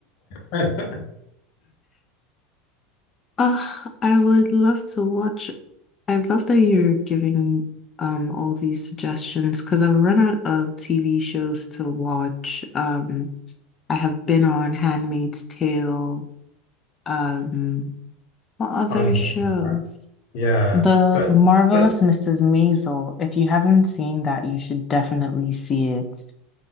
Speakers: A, on the left; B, on the left.
A: <laughs>
B: Ah, I would love to watch. I love that you're giving um all these suggestions because I've run out of TV shows to watch. Um, I have been on Handmaid's Tale. Um, what other
A: I'm
B: shows?
A: watching that. Yeah,
B: The
A: but
B: Marvelous
A: but
B: Mrs. Maisel. If you haven't seen that, you should definitely see it.